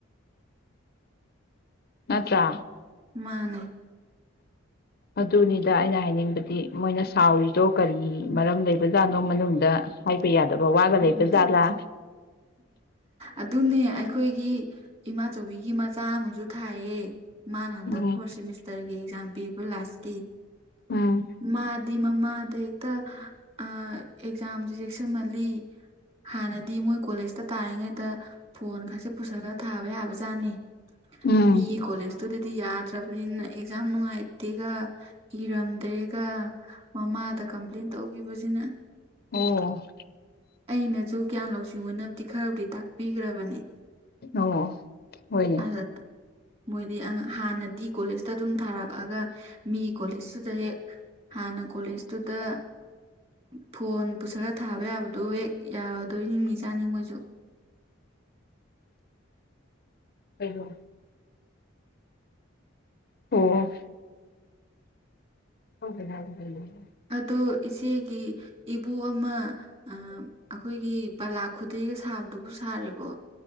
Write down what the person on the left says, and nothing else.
ꯅꯠꯇ꯭ꯔ
ꯑꯗꯨꯅꯤꯗ ꯑꯩꯅ ꯍꯥꯏꯅꯤꯡꯕꯗꯤ ꯃꯣꯏꯅ ꯁꯥꯎꯔꯤꯗꯣ ꯀꯔꯤ ꯃꯔꯝ ꯂꯩꯕꯖꯥꯠꯅꯣ ꯃꯅꯨꯡꯗ ꯍꯥꯏꯕ ꯌꯥꯗꯕ ꯋꯥꯒ ꯂꯩꯕ
ꯖꯥꯠꯂꯥ
ꯎꯝ
ꯎꯝ
ꯎꯝ
ꯑꯣ
ꯑꯣ ꯍꯣꯏꯅꯦ
ꯀꯩꯕꯣ ꯑꯣ ꯍ ꯑꯗꯨꯗ <inaudible>